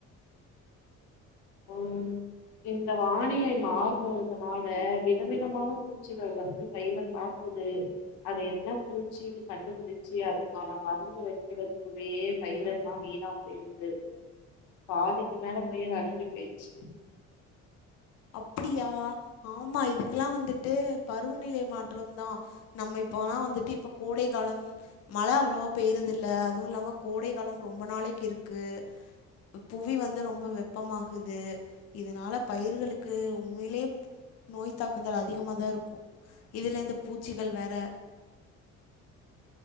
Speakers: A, on the left (about 80°); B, on the left (about 60°).
A: ம் இந்த வானிலை மாறுதுதனால விதவிதமான பூச்சிகள் வந்து பயிர தாக் குது அது என்ன பூச்சினு கண்டுபுடிச்சி அதுக்கான மருந்து வெக்கிறதுகுள்ளயே பயிரெல்லா வீணா போயிருது பாதிக்கு மேல பயிரு அடங்கி போயிட்ச்சி
B: அப்டியா ஆமா இதுக்கெல்லா வந்துட்டு பருவநிலை மாற்றம் தா நம்ம இப்போ ஆனா வந்துட்டு இப்ப கோடை காலம் மழ அவ்ளவா பெய்றது இல்ல அது இல்லாம கோடை காலம் ரொம்ப நாளைக்கு இருக்கு புவி வந்து ரொம்ப வெப்பமாகுது இதனால பயிர்களுக் கு உண்மைலே நோய் தாக்குதல் அதிகமாக தா இருக்கு இதுல இந்த பூச்சிகள் வேற